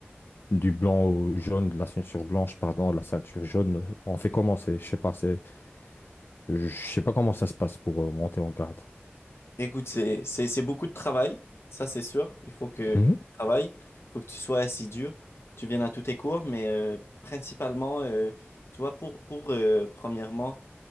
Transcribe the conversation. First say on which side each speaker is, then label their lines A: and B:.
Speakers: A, on the left; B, on the left.
A: du blanc au jaune, de la ceinture blanche, pardon, la ceinture jaune. euh, On fait comment c'est, je sais pas, c'est, je sais pas comment ça se passe pour euh, monter en grade.
B: Écoute, c'est, c'est, c'est beaucoup de travail, ça c'est sûr. Il faut que,
A: Mhm.
B: que tu travailles, il faut que tu sois assidu, tu viennes à tous tes cours, mais euh, principalement, euh, tu vois, pour, pour euh, premièrement,